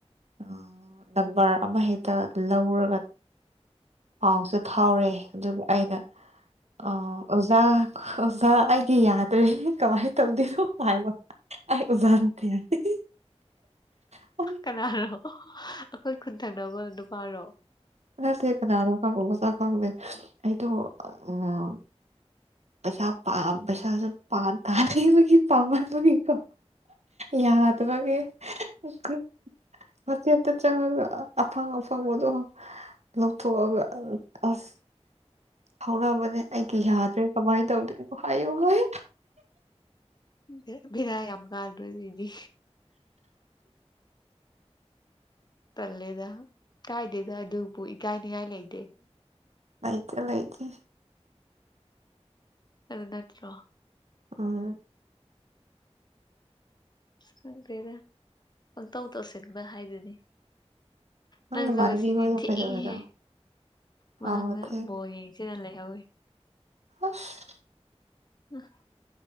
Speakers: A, on the right; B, on the left.
A: ꯑꯥ ꯅꯝꯕꯔ ꯑꯃ ꯍꯦꯛꯇ ꯂꯧꯔꯒ ꯄꯥꯎꯁꯦ ꯐꯥꯎꯔꯦ ꯑꯗꯨꯒ ꯑꯩꯅ ꯑꯥ ꯑꯣꯖꯥ ꯑꯣꯖꯥ ꯑꯩꯒꯤ ꯌꯥꯗ꯭ꯔꯦ ꯀꯃꯥꯏꯅ ꯇꯧꯗꯣꯏꯅꯣ ꯍꯥꯏꯕ ꯑꯩ ꯑꯣꯖꯥ ꯅꯠꯇꯦ ꯍꯥꯢ <unintelligible> <unintelligible>
B: ꯀꯅꯥꯅꯣ ꯑꯩꯈꯣꯏ ꯈꯨꯟ ꯊꯪꯅꯕ ꯅꯨꯄꯥꯔꯣ
A: ꯅꯠꯇꯦ ꯀꯅꯥꯅꯣ ꯈꯪ <unintelligible> ꯃꯁꯛ ꯈꯪꯗꯦ ꯑꯩꯗꯣ ꯑꯥ ꯄꯩꯁꯥ ꯄꯥꯝ ꯄꯩꯁꯥꯁꯨ ꯄꯥꯝ ꯇꯥꯟꯅꯤꯡꯕꯒꯤ ꯒꯤ ꯄꯥꯝꯃꯟꯕꯒꯤꯀꯣ ꯌꯥꯗꯕꯒꯤ <unintelligible> ꯒ꯭ꯔꯨꯞ ꯋꯥꯆꯦꯞꯇ ꯆꯪꯉꯒ ꯑꯐꯪ ꯑꯐꯪꯕꯗꯣ ꯂꯧꯊꯣꯛꯑꯥꯒ ꯑꯁ ꯐꯥꯎꯅꯕꯅꯦ ꯑꯩꯒꯤ ꯌꯥꯗ꯭ꯔꯦ ꯀꯝꯃꯥꯏꯟ ꯇꯧꯗꯣꯢꯅꯣ ꯍꯥꯏꯌꯣ ꯍꯥꯢ
B: ꯕꯦ ꯕꯦꯔꯥ ꯌꯥꯝ ꯀꯥꯗ꯭ꯔꯣ ꯑꯩꯒꯤꯗꯤ ꯇꯜꯂꯦꯗ ꯀꯥꯏꯗꯦꯗ ꯑꯗꯨꯕꯨ ꯏꯀꯥꯏꯅꯤꯉꯥꯏ ꯂꯩꯇꯦ
A: ꯂꯩꯥꯇꯦ ꯂꯩꯇꯦ
B: ꯑꯗꯨ ꯅꯠꯇ꯭ꯔꯣ
A: ꯑꯥ
B: ꯈꯪꯗ꯭ꯔꯦꯗ ꯄꯪꯇꯧ ꯇꯧꯁꯤꯟꯕ ꯍꯥꯏꯗꯨꯅꯤ
A: ꯅꯪ
B: ꯅꯪꯖꯨ
A: ꯅꯃꯥꯟꯅꯕꯤ
B: ꯉꯁꯤꯗꯤ
A: ꯍꯣꯏꯗꯣ
B: ꯊꯦꯡꯉꯦꯍꯦ
A: ꯀꯩꯗꯧꯔꯤꯅꯣ
B: ꯃꯅꯨꯡꯗ
A: ꯑꯥ ꯊꯦꯡꯉꯦ
B: ꯕꯣꯜ ꯌꯦꯡ ꯁꯤꯅ ꯂꯩꯍꯧꯋꯦ
A: ꯑꯁ
B: <unintelligible>